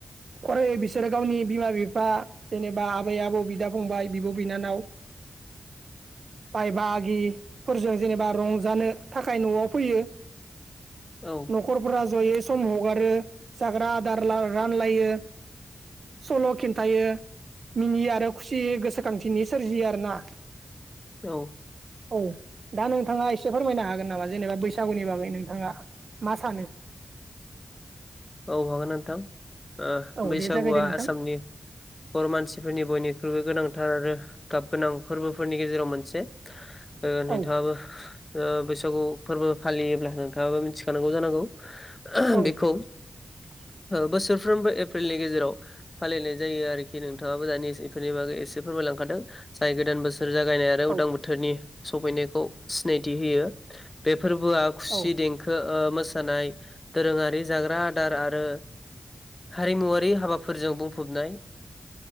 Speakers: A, on the right (about 70°); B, on the left (about 30°).
A: फराय बिसोरो गावनि बिमा बिफा जेनेबा आबै आबौ बिदा फंबाय बिब' बिनानाव। बाय बागिफोरजों जेनेबा रंजानो थाखाय न'आव फैयो
B: औ
A: न'खरफोरा जयै सम हगारो जाग्रा आदार रानलायो। सल' खिन्थायो मिनियो आरो। खुसि गोसोखांथिनि सोरजियो आर ना।
B: औ
A: औ दा नोंथाङा एसे फोरमायनो हागोन नामा जेनेबा बैसागुनि बागै नोंथाङा मा सानो <unintelligible>
B: औ हागोन नोंथां ओ
A: औ
B: बैसागुआ
A: दे जागायदो नोंथां
B: आसामनि हर मानसिफोरनि बयनिख्रुइबो गोनांथार आरो गाब गोनां फोरबोफोरनि गेजेराव मोनसे नोंथाङाबो
A: औ
B: बैसागु फोरबो फालियोब्ला नोंथाङाबो मिथिखानांगौ जानांगौ
A: औ
B: बेखौ
A: <unintelligible>
B: बोसोरफ्रोमबो एप्रिलनि गेजेराव फालिनाय जायो आरोखि नोंथाङाबो दानि बेफोरनि बागै एसे फोर लांखादों जाय गोदान बोसोर जागायनाय आरो
A: औ
B: उदां बोथोरनि सफैनो सिनायथि होयो बे फोरबोआ खुसि
A: औ
B: देंखो ओ- मोसानाय दोरोङारि जाग्रा दार आरो हारिमुवारि हाबाफोरजों बुंफबनाय